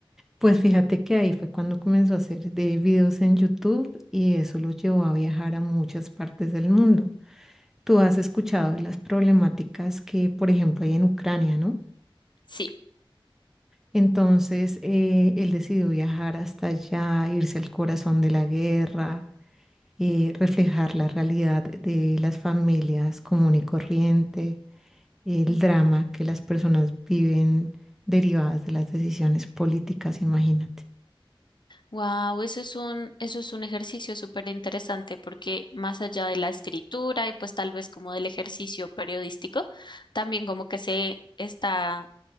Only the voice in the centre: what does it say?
Pues fíjate que ahí fue cuando comenzó a hacer de videos en YouTube y eso lo llevó a viajar a muchas partes del mundo. Tú has escuchado de las problemáticas que, por ejemplo, hay en Ucrania, ¿no?
Entonces, eh, él decidió viajar hasta allá, irse al corazón de la guerra, eh, reflejar la realidad de las familias común y corriente el drama que las personas viven derivadas de las decisiones políticas, imagínate.